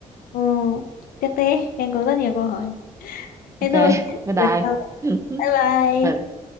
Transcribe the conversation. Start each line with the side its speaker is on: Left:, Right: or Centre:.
Left: Ừ, tiếp đi, em có rất nhiều câu hỏi. Thế
Right: ok
Left: thôi,
Right: <laughs> bye
Left: lần
Right: bye
Left: sau gặp.
Right: <laughs>
Left: bye
Right: ừ
Left: bye.